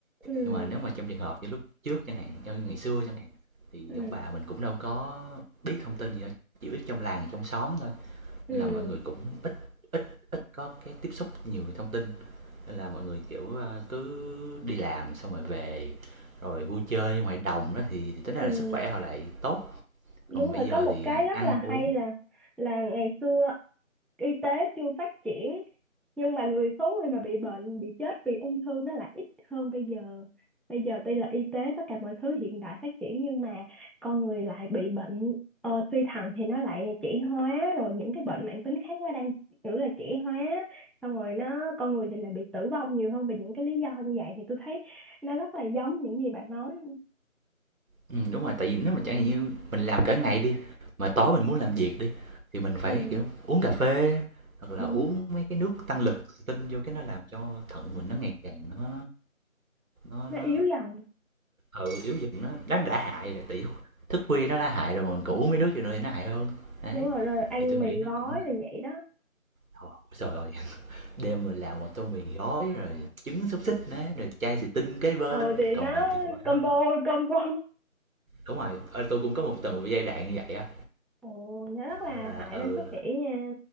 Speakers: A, in the centre; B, on the right.
A: ừ
B: Nhưng mà nếu mà trong trường hợp như lúc trước chẳng hạn, như ngày xưa chẳng hạn, thì
A: ừ
B: ông bà mình cũng đâu có biết thông tin gì đâu, chỉ biết trong làng, trong xóm thôi
A: ừ
B: là mọi người cũng ít ít ít có cái tiếp xúc nhiều thông tin nên là mọi người kiểu à, cứ đi làm xong rồi về rồi vui chơi ngoài đồng đó thì, thì tính
A: ừ
B: ra là sức khỏe họ lại tốt
A: đúng
B: còn bây
A: rồi
B: giờ
A: có một
B: thì
A: cái rất
B: ăn
A: là
B: uống
A: hay là là ngày xưa y tế chưa phát triển nhưng mà người số người mà bị bệnh bị chết vì ung thư nó lại ít hơn bây giờ bây giờ tuy là y tế tất cả mọi thứ hiện đại phát triển nhưng mà con người lại bị bệnh ờ, suy thận thì nó lại trẻ hóa rồi những cái bệnh mãn tính khác nó đang kiểu là trẻ hóa xong rồi nó con người thì lại bị tử vong nhiều hơn vì những cái lý do như vậy thì tôi thấy nó rất là giống những gì bạn nói
B: ừ, đúng rồi tại vì nếu mà chẳng hạn như mình làm cả ngày đi mà tối mình muốn làm việc đi thì mình phải
A: ừ
B: kiểu uống cà phê hoặc là
A: đúng
B: uống mấy cái nước tăng lực tinh vô cái nó làm cho thận mình nó ngày càng nó nó
A: nó
B: nó
A: yếu dần
B: Ừ, yếu dùm nó nó đã hại rồi tiểu thức khuya nó đã hại rồi mà mình còn uống mấy nước vô nữa thì nó hại hơn. Đấy,
A: đúng rồi rồi ăn
B: thì tôi nghĩ
A: mì
B: nó
A: gói
B: cũng là
A: rồi vậy đó
B: thôi, trời ơi, <laughs> đêm mình làm một tô mì gói rồi trứng xúc xích nè, rồi chai xì tinh kế bên,
A: ừ thì
B: còn
A: nó
B: gì tuyệt vời
A: combo
B: hơn.
A: combo
B: Đúng rồi, ơ, tui cũng có một từng giai đoạn như vậy á,
A: ồ nó rất là
B: nên là
A: hại
B: ừ,
A: lên sức khỏe nha